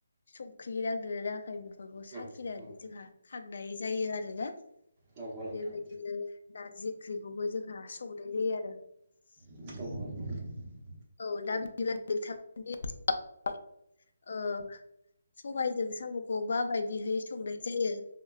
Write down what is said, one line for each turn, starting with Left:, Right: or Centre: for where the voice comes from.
Left: संख्रि नांदों ना नाङाखै बेखौ साखिनानै
Right: उम उम
Left: जोंहा खांनाय जायो आरोना
Right: नंगौ नोंथां
Left: बेबायदिनो नारजि ओंख्रिखौबो जोंहा संनाय जायो आरो।
Right: <unintelligible>
Left: औ दा बिदिब्ला नोथांनि <unintelligible> ओ सबायजों साम'खौ बा बायदिहै संनाय जायो